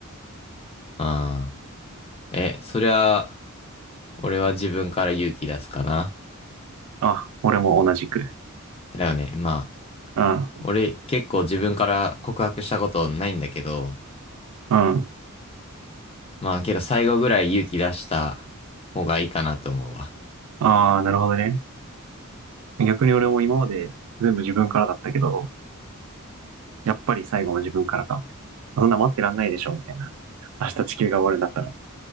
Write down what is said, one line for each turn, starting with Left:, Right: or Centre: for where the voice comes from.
Left: ああ。え、そりゃ、俺は自分から勇気出すかな。
Right: あ、俺も同じく。
Left: だよね。まあ、
Right: うん。
Left: 俺結構自分から告白したことないんだけど、
Right: うん。
Left: まあけど最後ぐらい勇気出した方がいいかなと思うわ。
Right: ああ、なるほどね。逆に俺も今まで全部自分からだったけど、やっぱり最後も自分からか。そんな待ってらんないでしょ、みたいな。明日地球が終わるんだった